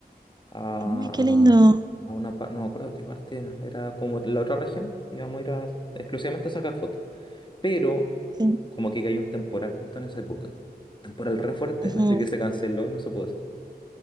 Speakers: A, on the left (about 30°); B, on the right (about 25°).
A: a,
B: Ay, qué lindo.
A: a una parte, no me acuerdo qué parte era, era como la otra región, íbamos a ir a- exclusivamente a sacar fotos. Pero
B: Sí.
A: como que cayó un temporal justo en esa época, temporal re fuerte,
B: Ujú.
A: así que se canceló y no se pudo